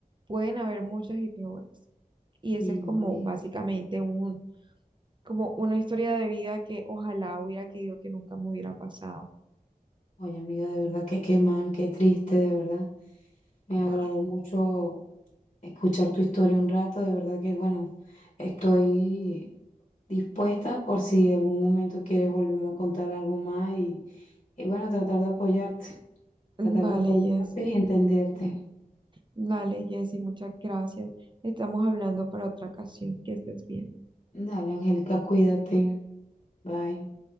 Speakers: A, on the right (about 35°); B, on the left (about 45°).
A: pueden haber muchas y peores. Y ese
B: Sí,
A: es como
B: amiga.
A: básicamente un, como una historia de vida que ojalá hubiera querido que nunca me hubiera pasado.
B: Oye, amiga, de verdad que qué mal, qué triste, de verdad. Me agradó
A: Ah,
B: mucho escuchar tu historia un rato, de verdad que, bueno, estoy dispuesta por si en algún momento quieres volverme a contar algo más y, y bueno, tratar de apoyarte, tratar
A: Vale,
B: de apoyarte
A: Jessy.
B: y entenderte.
A: Vale, Jessy, muchas gracias. Estamos hablando para otra ocasión. Que estés bien.
B: Dale, Angélica, cuídate. Bye.